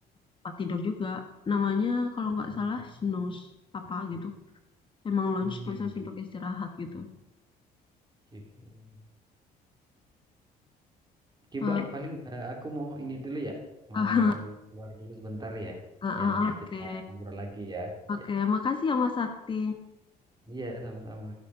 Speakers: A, on the left; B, on the right.
A: tempat tidur juga. Namanya kalau nggak
B: Hmm,
A: salah snooze apa gitu. Emang lunch
B: hmm,
A: khusus
B: ya.
A: untuk istirahat gitu.
B: Oke, oke. Oke
A: Ah,
B: Mbak, paling eh, aku mau ini dulu ya, mau
A: ah,
B: keluar dulu sebentar ya.
A: ah, ah,
B: Ya nanti
A: oke.
B: kita ngobrol lagi ya.
A: Oke,
B: Ya,
A: makasih ya Mas Sakti.
B: iya sama-sama.